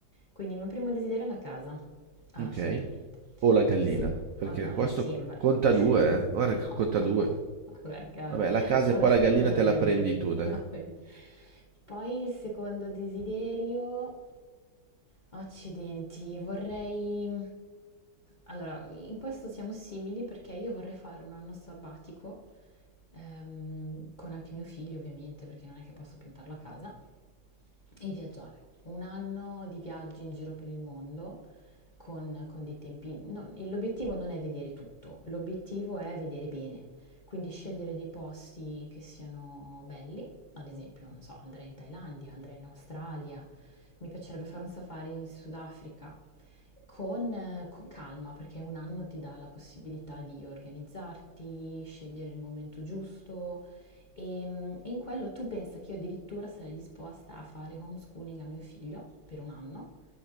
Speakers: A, on the left (about 50°); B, on the right (about 75°).
A: Quindi il mio primo desiderio è la casa, assolutamente.
B: Ok. O la gallina,
A: Il secondo,
B: perché
A: no,
B: questo
A: insieme,
B: conta
A: <laughs>
B: due, eh. Guarda
A: no,
B: che conta due.
A: vabbè, cavolo.
B: Vabbè, la casa
A: Allora
B: e poi
A: il secondo
B: la gallina
A: è
B: te
A: la
B: la
A: gallina.
B: prendi
A: <laughs>
B: tu, dai.
A: Va bene. Poi il secondo desiderio, accidenti, vorrei... Allora, in questo siamo simili perché io vorrei fare un anno sabbatico, ehm, con anche mio figlio ovviamente, perché non è che posso piantarlo a casa. E viaggiare. Un anno di viaggi in giro per il mondo con, con dei tempi. non- il- l'obiettivo non è vedere tutto, l'obiettivo è vedere bene. Quindi scegliere dei posti che siano belli, ad esempio, non so, andrei in Thailandia, andrei in Australia, mi piacerebbe fare un safari in Sudafrica. Con, eh, con calma, perché un anno ti dà la possibilità di organizzarti, scegliere il momento giusto, e, mm, e in quello tu pensa che io addirittura sarei disposta a fare homeschooling a mio figlio per un anno,